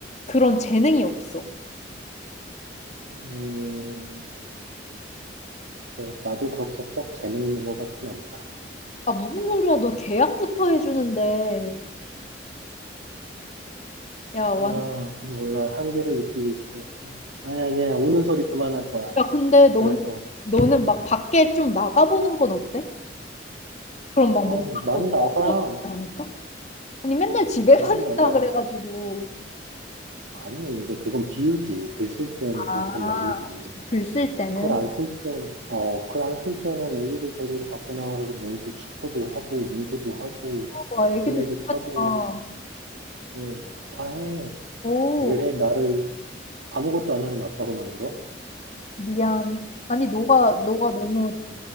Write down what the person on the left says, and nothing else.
그런 재능이 없어.
아, 무슨 소리야. 너 계약부터 해주는데. 야, 완,
야, 근데 넌,
너는 막 밖에 좀 나가보는 건 어때? 그럼 막
뭔가
더
떨어지지 않을까? 아니, 맨날 집에만
<laughs>
있다 그래가지고.
아,
글 쓸 때는.
와, 애기들
좋겠다.
오.
미안. 아니, 너가, 너가 너무